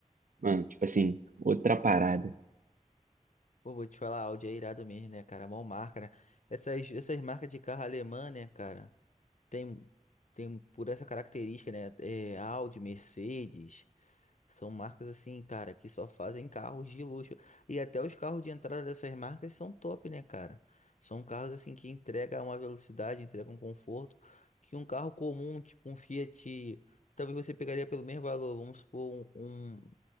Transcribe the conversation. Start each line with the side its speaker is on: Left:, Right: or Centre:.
Right: mano, tipo assim, outra parada.
Left: Pô, vou te falar, Audi é irado mesmo, né, cara? Mó marca, né? Essas, essas marcas de carro alemã, né, cara? Tem, tem por essa característica, né? É, Audi, Mercedes. São marcas assim, cara, que só fazem carros de luxo. E até os carros de entrada dessas marcas são top, né, cara? São carros assim que entregam uma velocidade, entregam um conforto que um carro comum, tipo um Fiat, talvez você pegaria pelo mesmo valor, vamos supor, um, um